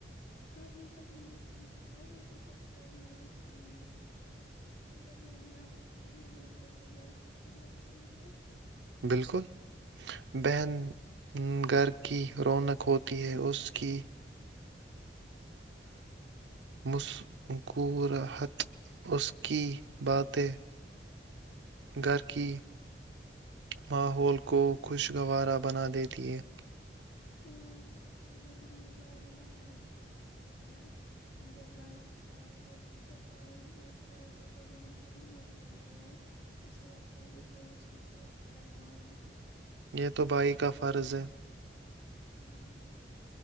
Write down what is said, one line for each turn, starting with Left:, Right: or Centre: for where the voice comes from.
Left: آپ نے کبھی محسوس کیا ہے کہ جب کرھر میں ا جب گھر میں آپ کی بہن نہ ہوتی ہے تو گھر کچھ سنا سونا لگتا ہے <unintelligible>
Right: بالکل بہن گھر کی رونق ہوتی ہے اس کی مسکورت اس کی باتیں گھر کی ماحول کو خوشگوارا بنا دیتی ہے <unintelligible>
Left: اور جو میرے بھائی ہے نا وہ گھر کی طاقت ہوتا ہے جب بھائی کے ساتھ ہو جب بھائی ساتھ ہو تو بہن کو ہی مت ملتی ہے اسے لگتا ہے کہ کوئی اس کی حفاظت کرنے والا ہے
Right: یہ تو بائی کا فرض ہے
Left: ہاں ہاں